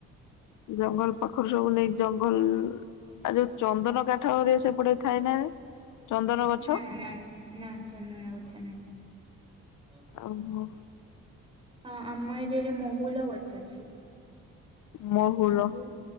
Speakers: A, on the left; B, on the right.
A: ଜଙ୍ଗଲ ପାଖର ସବୁ ନେଇକି ଜଙ୍ଗଲ ଆଉ ଯୋଉ ଚନ୍ଦନ କାଠରେ ସେପଟେ ଥାଏ ନା ଚନ୍ଦନ ଗଛ?
B: ନା ନା ନା ଚନ୍ଦନ ଗଛ ନାହିଁ।
A: ଆଉ ହଁ।
B: ହଁ ଆମ ଏରିଆରେ ମହୁଲ ଗଛ ଅଛି।
A: ମହୁଲ
B: ମହୁ